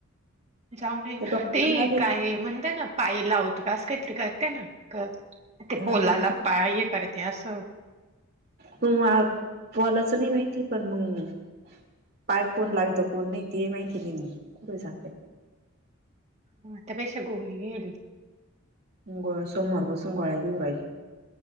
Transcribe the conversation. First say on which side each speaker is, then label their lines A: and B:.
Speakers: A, on the right; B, on the right.
A: जाऊन
B: तर डॉक्टर
A: ते
B: झालंय
A: काय म्हणत ना पाय लावतं का असं काहीतरी करते ना कर ते
B: हा
A: पोलाला पाय कर ते असं
B: पण <unintelligible> मग पलाचं नाही माहिती पण मग पाय कोण लावितो कोण नाही ते माहिती नाही कुठ जाते.
A: हा तपेशा <unintelligible> गो हे
B: ग सोमवार पाासून गोळा्या घेऊ राहिल,